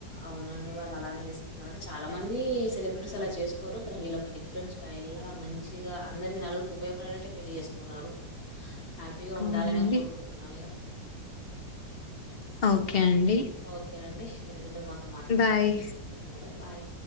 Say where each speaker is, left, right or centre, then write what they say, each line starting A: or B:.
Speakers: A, on the left; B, on the left.
A: అవునండి వాళ్ళు అలానే చేసుకున్నారు అంటే చాలా మంది సెలబ్రిటీస్ అలా చేసుకోరు కానీ వీళ్ళొక డిఫరెంట్ స్టైల్లా గా మంచిగా అందరికి నలుగురికి ఉపయోగపడేట్టే పెళ్లి చేసుకున్నారు హ్యాపీగా
B: అవునండి
A: ఉండాలనే కోరుకుంటున్నాం ఇగ
B: ఓకే అండి
A: ఓకే అండి మీరింతసేపు మాతో మాట్లాడినందుకు
B: బాయ్
A: ధన్యవాదాలు బాయ్